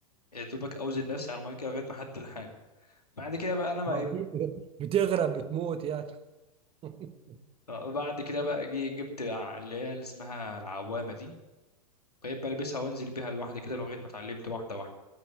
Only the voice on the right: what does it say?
يا عم هتي- بتغرق بتموت يعني <laughs>